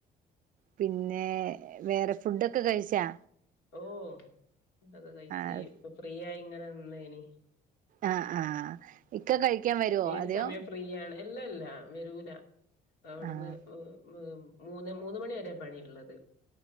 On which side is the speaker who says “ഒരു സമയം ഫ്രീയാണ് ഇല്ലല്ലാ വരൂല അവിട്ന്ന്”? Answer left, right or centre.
Left